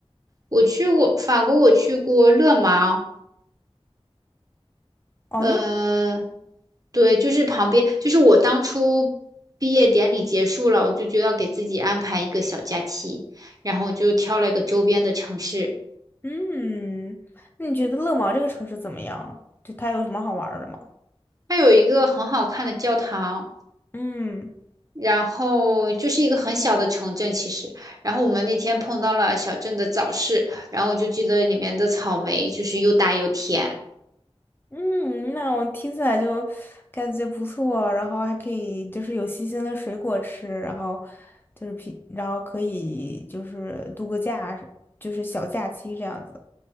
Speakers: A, on the right; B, on the left.
A: 我去过法国，我去过勒芒，
B: 哦，
A: 呃，
B: 勒，
A: 对，就是旁边，就是我当初毕业典礼结束了，我就觉得要给自己安排一个小假期，然后我就挑了一个周边的城市，
B: 嗯，那你觉得乐芒这个城市怎么样？就它有什么好玩儿的吗？
A: 它有一个很好看的教堂。
B: 嗯。
A: 然后就是一个很小的城镇，其实。然后我们那天碰到了小镇的早市，然后我就记得里面的草莓就是又大又甜。
B: 嗯，那我听起来就感觉不错，然后还可以就是有新鲜的水果吃，然后就是平，然后可以就是度个假，就是小假期这样子。